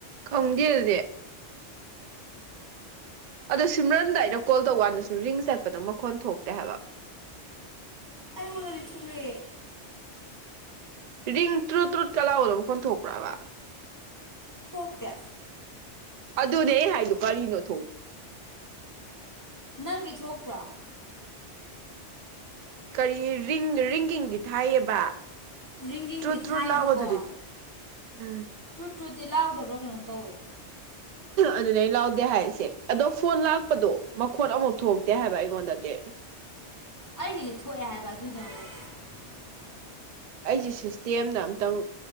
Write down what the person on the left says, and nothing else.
ꯑꯩꯉꯣꯟꯗꯗꯤ ꯊꯣꯛꯂꯛꯑꯦ
ꯊꯣꯛꯇꯦ
ꯅꯪꯒꯤ ꯊꯣꯛꯇ꯭ꯔꯣ
ꯔꯤꯡꯒꯤꯡꯗꯤ
ꯊꯥꯏꯌꯦꯕꯀꯣ
ꯇ ꯇꯨꯠꯇꯤ ꯂꯥꯎꯗꯕ꯭ꯔꯣ ꯀꯩꯅꯣꯝ ꯇꯧꯋꯦ
ꯑꯩꯒꯤꯗꯤ <unintelligible>